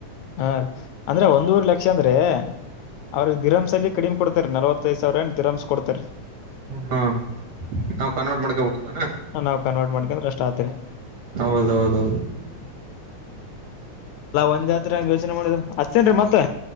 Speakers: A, on the left (about 80°); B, on the right (about 55°).
A: ಹಾ ರ ಅಂದ್ರೆ ಒಂದೂವರೆ ಲಕ್ಷ ಅಂದ್ರೆ ಅವ್ರಿಗೆ ದಿರಾಂಸಲ್ಲಿ ಕಡಿಮೆ ಕೊಡ್ತಾರೆ ನಲ್ವತ್ತೈದ್ ಸಾವಿರ ದಿರಾಂಸ್ ಕೊಡ್ತರೆ
B: ಹಾ ಹಾ ನಾವ್ ಕನ್ವರ್ಟ್ ಮಾಡ್ಕಬೇಕೇನು
A: ನಾವ್ ಕನ್ವರ್ಟ್ ಮಾಡಕೊಂಡ್ರ ಅಷ್ಟ್ ಆತ್ರಿ
B: ಹೌದೌದ ಹೌದು
A: ಒಂದತ್ ಯೋಚನೆ ಮಾಡ ಅಷ್ಟತೇನ್ರಿ ಮತ್ತೆ